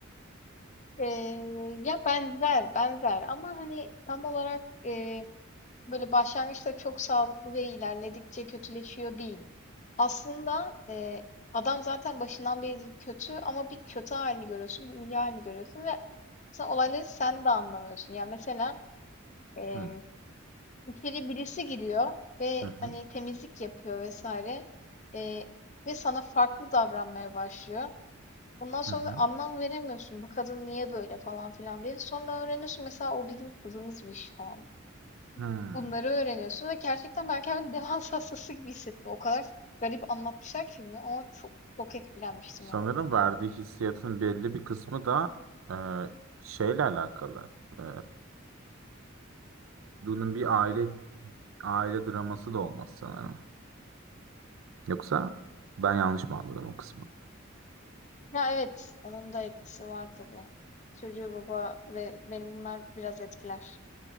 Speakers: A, on the left; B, on the right.
A: Ee, ya benzer benzer ama hani tam olarak e, böyle başlangıçta çok sağlıklı ve ilerledikçe kötüleşiyor değil. Aslında e, adam zaten başından beri kötü ama bir kötü halini görüyorsun, bir iyi halini görüyorsun ve aslında olayları sen de anlamıyorsun. Yani mesela e,
B: Hı
A: içeri birisi giriyor ve
B: hı hı
A: hani temizlik yapıyor vesaire e, ve sana farklı davranmaya başlıyor. Ondan sonra
B: hı. hı.
A: da anlam veremiyorsun bu kadın niye böyle falan filan diye. Sonra öğreniyorsun mesela o bizim kızımızmış falan.
B: Hmm.
A: Bunları öğreniyorsun ve gerçekten ben kendimi <laughs> demans hastası gibi hissettim. O kadar garip anlatmışlar ki filmi ama çok çok etkilenmiştim
B: Sanırım
A: yani.
B: verdiği hissiyatın belli bir kısmı da e, şeyle alakalı. E, bunun bir aile aile draması da olmaz sanırım. Yoksa ben yanlış mı anladım o kısmı?
A: Ya evet, onun da etkisi var tabii. Çocuğu baba ve benim bunlar biraz etkiler.